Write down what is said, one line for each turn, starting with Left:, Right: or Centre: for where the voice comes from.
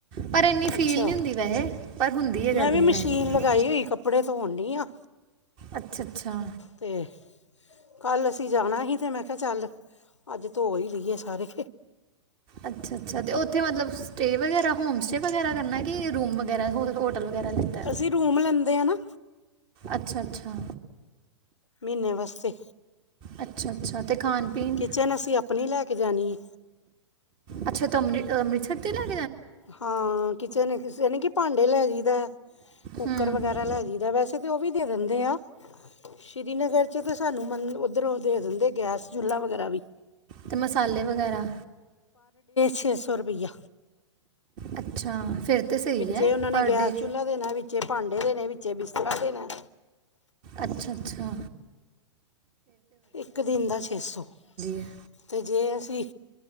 Right: ਪਰ ਇਨੀ ਫੀਲ
Left: ਅੱਛਾ
Right: ਨਹੀਂ ਹੁੰਦੀ ਵੈਹੇ ਪਰ ਹੁੰਦੀ ਹੈ ਗਰਮੀ
Left: ਮੈਂ ਵੀ ਮਸ਼ੀਨ
Right: ਵੈਹੇ।
Left: ਲਗਾਈ ਹੋਈ ਕੱਪੜੇ ਧੋਣ ਡਈ ਆ।
Right: ਅੱਛਾ- ਅੱਛਾ।
Left: ਤੇ ਕੱਲ ਅਸੀਂ ਜਾਣਾ ਹੀ ਤੇ, ਮੈਂ ਕਿਹਾ ਚੱਲ ਅੱਜ ਧੋ ਹੀ ਲਈਏ ਸਾਰੇ।
Right: ਅੱਛਾ, ਅੱਛਾ ਤੇ ਉੱਥੇ ਮਤਲਬ ਸਟੇ ਵਗੈਰਾ, ਹੋਮ ਸਟੇ ਵਗੈਰਾ ਕਰਨਾ ਕਿ ਰੂਮ ਵਗੈਰਾ। ਵਗੈਰਾ ਲਿੱਤਾ ਹੈ?
Left: ਅਸੀਂ ਰੂਮ ਲੈਂਦੇ ਆ ਨਾ।
Right: ਅੱਛਾ ਅੱਛਾ।
Left: ਮਹੀਨੇ ਵਾਸਤੇ
Right: ਅੱਛਾ ਅੱਛਾ, ਤੇ ਖਾਣ ਪੀਣ
Left: ਕਿਚਨ ਅਸੀਂ ਆਪਣੀ ਲੈ ਕੇ ਜਾਣੀ ਏ।
Right: ਅੱਛਾ ਤਾਂ <unintelligible>
Left: ਹਾਂ ਕਿਚਨ ਯਾਨੀ ਕਿ ਭਾਂਡੇ ਲੈਜੀ ਦਾ ਕੁੱਕਰ
Right: ਹੂੰ
Left: ਵਗੈਰਾ ਲੈਜੀ ਦਾ ਵੈਸੇ ਉਹ ਵੀ ਦੇ ਦਿੰਦੇ ਆ ਸ੍ਰੀਨਗਰ ਚ ਤੇ ਸਾਨੂੰ ਮਨ ਓਧਰੋਂ ਦੇ ਦਿੰਦੇ ਗੈਸ ਚੁਲਾ ਵਗੈਰਾ ਵੀ
Right: ਤੇ ਮਸਾਲੇ ਵਗੈਰਾ
Left: ਛੇ ਸੌ ਰੁਪਈਆ
Right: ਅੱਛਾ, ਫਿਰ ਤਾਂ ਸਹੀ
Left: ਵਿੱਚੇ
Right: ਹੈ,
Left: ਉਹਨਾਂ
Right: ਪਰ
Left: ਨੇ ਗੈਸ
Right: ਡੇ
Left: ਚੁੱਲ੍ਹਾ ਦੇਣਾ ਵਿੱਚੇ ਭਾਂਡੇ ਵੀ ਨੇ ਵਿੱਚੇ ਬਿਸਤਰਾ ਦੇਨਾ।
Right: ਅੱਛਾ-ਅੱਛਾ।
Left: ਇੱਕ ਦਿਨ ਦਾ ਛੇ ਸੌ,
Right: ਹੈ
Left: ਤੇ ਜੇ ਅਸੀ